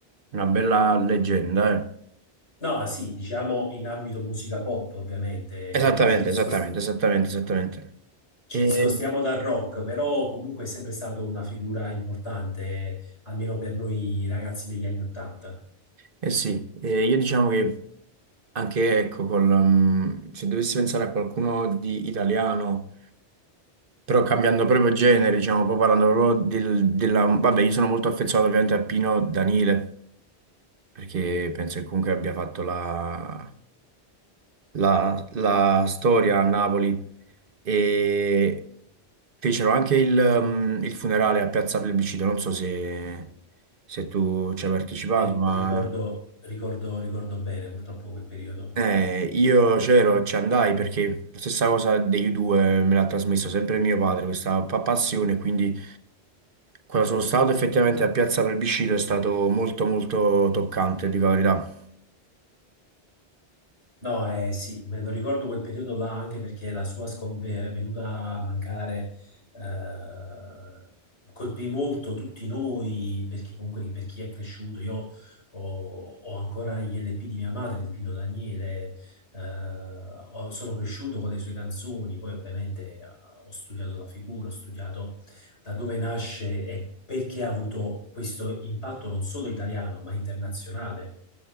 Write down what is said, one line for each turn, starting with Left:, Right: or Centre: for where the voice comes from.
Right: una bella leggenda, eh.
Left: no, sì, diciamo in ambito musica pop, ovviamente,
Right: Esattamente,
Left: quindi ci discostiamo
Right: esattamente, esattamente, esattamente.
Left: ci
Right: E,
Left: discostiamo dal rock, però comunque è sempre stato una figura importante, almeno per noi ragazzi degli anni Ottanta.
Right: eh sì, eh, io diciamo che anche, ecco, col, ehm, se dovessi pensare a qualcuno di italiano... Però cambiando proprio genere, diciamo, poi parlando proprio del- della... Vabbè, io sono molto affezionato ovviamente a Pino Danile, perché penso che comunque abbia fatto la, la- la storia a Napoli. E fecero anche il, um, il funerale a Piazza Plebiscito, non so se, se tu ci hai partecipato,
Left: Ri-
Right: ma...
Left: ricordo, ricordo, ricordo bene purtroppo quel periodo.
Right: Eh, io c'ero, ci andai perché la stessa cosa degli U2 me l'ha trasmesso sempre mio padre, questa pa- passione, quindi quando sono stato effettivamente a Piazza Plebiscito è stato molto molto toccante, dico la verità.
Left: No, eh, sì, me lo ricordo quel periodo là anche perché la sua scom- ve- venuta a mancare eh, colpì molto tutti noi, perché comunque per chi è cresciuto, io ho, ho ancora gli LP di mia madre, di Pino Daniele, eh, ho- sono cresciuto con le sue canzoni, poi ovviamente eh, ho studiato la figura, ho studiato da dove nasce e perché ha avuto questo impatto non solo italiano, ma internazionale